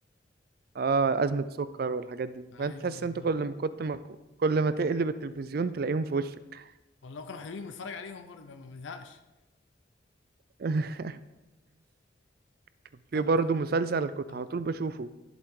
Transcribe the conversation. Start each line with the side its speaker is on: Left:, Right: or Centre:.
Right: اه أزمة سكر والحاجات دي
Left: ايوه
Right: فأنت تحس أنت
Left: بالظبط
Right: كل ما كنت ما كل ما تقلب التلفزيون تلاقيهم في وشك
Left: والله كانوا حلوين بنتفرج عليهم برضه ما ما بنزهقش
Right: <laughs> كان
Left: طب
Right: في برضه مسلسل كنت
Left: اه
Right: على طول بشوفه